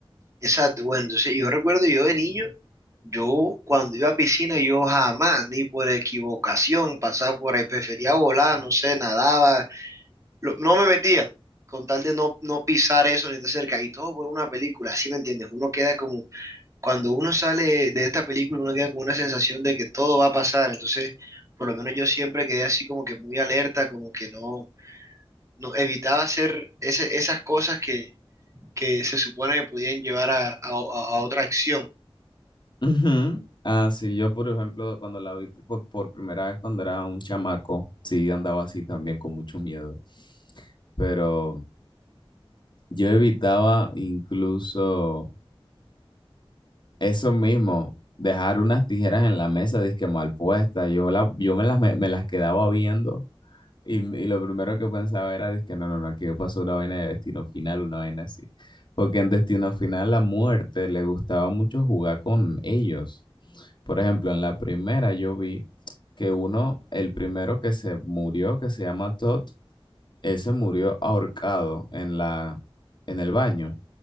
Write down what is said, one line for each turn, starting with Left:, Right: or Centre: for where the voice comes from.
Right: exacto. Bueno, entonces yo recuerdo yo de niño. Yo cuando iba a piscina, yo jamás, ni por equivocación, pasaba por ahí, prefería volar, no sé, nadaba, lo- no me metía, con tal de no, no pisar eso ni estar cerca, y todo por una película, ¿sí me entiendes? Uno queda como, cuando uno sale de esta película, uno queda con una sensación de que todo va a pasar, entonces, por lo menos yo siempre quedé así como que muy alerta, como que no, no evitaba hacer ese- esas cosas que, que se supone que podían llevar a, a a- a otra acción.
Left: Ujú. Ah, sí, yo por ejemplo, cuando la vi por, por primera vez cuando era un chamaco, sí andaba así también con mucho miedo. Pero yo evitaba incluso eso mismo, dejar unas tijeras en la mesa, disque mal puesta. Yo, la, yo me las, me, me las quedaba viendo y, y lo primero que pensaba era, disque no, no, no, aquí pasó una vaina de destino final, una vaina así. Porque en destino final la muerte le gustaba mucho jugar con ellos. Por ejemplo, en la primera yo vi que uno, el primero que se murió, que se llama Todd, ese murió ahorcado en la, en el baño.